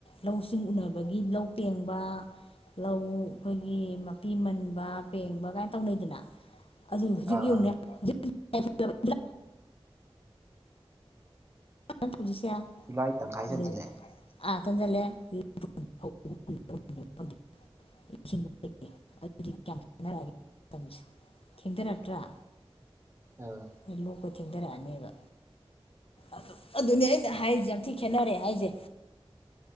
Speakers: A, on the left; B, on the right.
A: ꯂꯧꯁꯤꯡ ꯎꯅꯕꯒꯤ ꯂꯧ ꯄꯦꯡꯕ ꯂꯧ ꯑꯩꯈꯣꯏꯒꯤ ꯃꯄꯤ ꯃꯟꯕ ꯄꯦꯡꯕ ꯀꯥꯏꯅ ꯇꯧꯅꯩꯗꯅ ꯑꯗꯨ ꯍꯧꯖꯤꯛ
B: ꯑꯥ
A: ꯌꯦꯡꯉꯨꯅꯦ
B: ꯑꯥ
A: <unintelligible> <unintelligible>
B: ꯖꯨꯂꯥꯏ ꯇꯪꯈꯥꯏ
A: ꯑꯗ
B: ꯆꯟꯖꯤꯜꯂꯦꯑꯦ
A: ꯑꯥ ꯇꯟꯖꯜꯂꯦꯑꯦ <unintelligible> ꯑꯗꯨꯗꯤ ꯀꯌꯥꯝ ꯈꯦꯠꯅꯔꯛꯑꯒꯦ ꯃꯇꯝꯁꯦ ꯊꯦꯡꯗꯔꯛꯇ꯭ꯔꯥ
B: ꯑꯥ
A: ꯍꯣꯏ ꯂꯣꯛꯄ ꯊꯦꯡꯗꯔꯛꯑꯅꯦꯕ ꯑꯗꯨ ꯑꯗꯨꯅꯦ ꯑꯩꯅ ꯍꯥꯏꯖꯦ ꯌꯥꯝ ꯊꯤ ꯈꯦꯠꯅꯔꯛꯑꯦ ꯍꯥꯏꯖꯦ